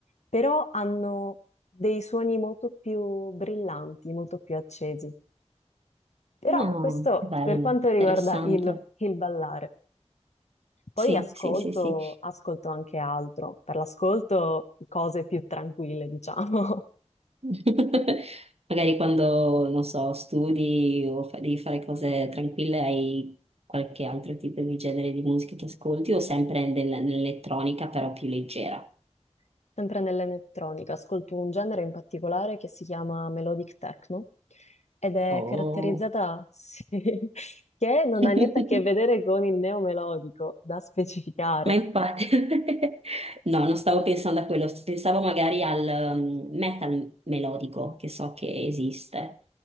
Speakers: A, on the left; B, on the right.
A: però hanno dei suoni molto più brillanti, molto più accesi. Però
B: Ah,
A: questo
B: che bello,
A: per quanto riguarda
B: interessante.
A: il, il ballare. Poi
B: Sì,
A: ascolto,
B: sì, sì, sì.
A: ascolto anche altro, per l'ascolto cose più tranquille, diciamo,
B: <laughs> Magari quando, non so, studi o fa- devi fare cose tranquille, hai qualche altro tipo di genere di musica che ascolti o sempre nel- nell'elettronica, però più leggera.
A: <laughs> sempre nell'elettronica. Ascolto un genere in particolare che si chiama melodic techno ed è
B: Oh.
A: caratterizzata, sì, <laughs> che non
B: <laughs>
A: ha niente a che vedere con il neomelodico, da specificare.
B: Ma infatti, <laughs> no, non stavo pensando a quello, pensavo magari al um, metal melodico che so che esiste,